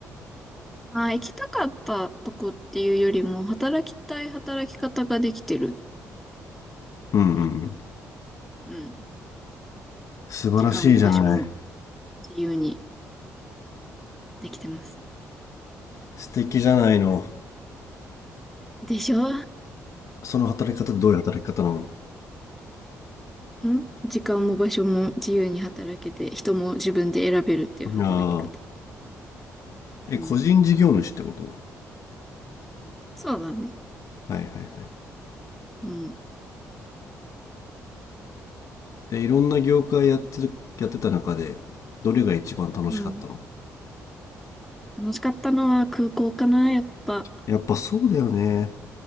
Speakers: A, in the centre; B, on the left.
A: あー、行きたかったとこっていうよりも、働きたい働き方ができてる
B: うんうんうん。
A: かな。うん。
B: 素晴らしいじゃない。
A: 時間も場所も自由にできてます。
B: 素敵じゃないの。
A: でしょ
B: その働き方どういう働き方なの
A: ん時間も場所も自由に働けて、人も自分で選べるっていう働き方。
B: ああ。え、
A: うん。
B: 個人事業主ってこと
A: そうだね。
B: はいはいはい。
A: うん。
B: え、いろんな業界やってる、やってた中で、どれが一番楽しかったの
A: うん楽しかったのは空港かな、やっぱ。
B: やっぱそうだよね。